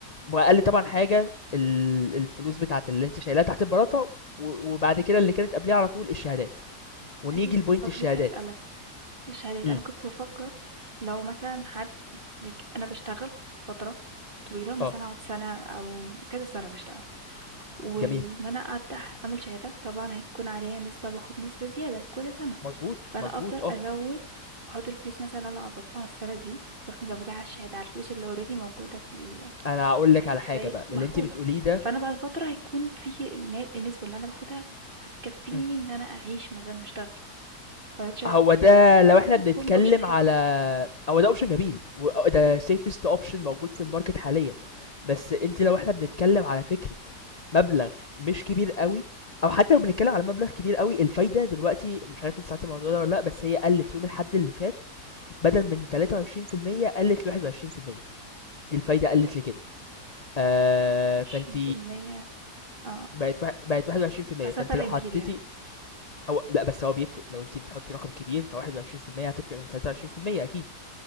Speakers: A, on the left; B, on the right.
A: واقل طبعا حاجه ال- الفلوس بتاعت اللي انت شايلها تحت البلاطه و- وبعد كده اللي كانت قبليها على طول الشهادات ونيجي
B: عندي ف
A: لبوينت
B: آه كنت
A: الشهادات
B: لسه هاسألك. الشهادات
A: امم
B: أنا كنت بافكّر لو مثلًا حد like أنا باشتغل فترة طويلة، مثلًا
A: اه
B: أقعد سَنة أو كذا سَنة باشتغل، وإن
A: جميل
B: أنا أفتح أعمل شهادة طبعًا هيكون عليها نسبة باخد نسبة زيادة كل سَنة،
A: مظبوط
B: فأنا
A: مظبوط
B: أفضل
A: اه
B: أزوّد أحُط الفلوس مثلًا اللي أنا قبضتها السَنة دي، وأروح مزوّداها على الشهادة، على الفلوس اللي already موجودة في ال
A: انا هقول لك على حاجه
B: زي
A: بقى من
B: محفوظة،
A: اللي انت بتقوليه ده
B: فأنا بعد فترة هيكون في الن النسبة اللي أنا باخدها هتكفّيني
A: مم.
B: إن أنا أعيش من غير ما أشتغل، والّا أنت شايف
A: هو ده لو احنا
B: حاسة
A: بنتكلم
B: هتكون option حلو.
A: على هو ده اوبشن جميل وده سيفست اوبشن موجود في الماركت حاليا بس انت لو احنا بنتكلم على فكره مبلغ مش كبير قوي او حتى لو بنتكلم على مبلغ كبير قوي الفايده دلوقتي مش عارف انت سمعت الموضوع ده ولا لا بس هي قلت يوم الحد اللي فات بدل من 23% قلت ل 21% دي الفايدة قلت لكده آه
B: 20
A: فانت
B: يومية آه،
A: بقت واحد- بقت 21%
B: أصل
A: فانت
B: ده فرق
A: لو حطيتي
B: كبير يعني
A: او لا بس هو بيفرق لو انت بتحطي رقم كبير ف 21% هتفرق من 23% اكيد